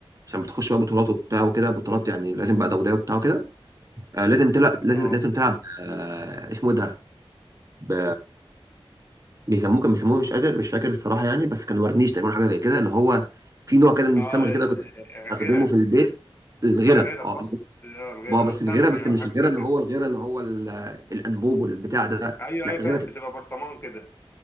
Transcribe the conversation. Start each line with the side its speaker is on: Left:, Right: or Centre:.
Right: عشان بتخش بقى بطولات وبتاع وكده بطولات يعني لازم بقى دوليه وبتاع وكده آه لازم تلعب لازم
Left: اه
Right: لازم تلعب آه اسمه إيه ده بيسموه كان بيسموه مش قادر مش فاكر الصراحه يعني بس كان ورنيش تقريبا حاجه زي كده اللي هو في نوع كده من
Left: اه
Right: الصمغ كده
Left: ال-
Right: كنت
Left: آه،
Right: استخدمه
Left: غيرها
Right: في البيت الغيره
Left: الغيرة
Right: اه
Left: صح؟ اه الغيرة
Right: بقى بس
Left: الصمغة
Right: الغيره بس مش
Left: أو حاجة
Right: الغيره اللي
Left: زي كده
Right: هو الغيره اللي هو ال- الانبوب والبتاع ده
Left: أيوه
Right: لا
Left: أيوه
Right: غيره
Left: فاهم بتبقى برطمان كده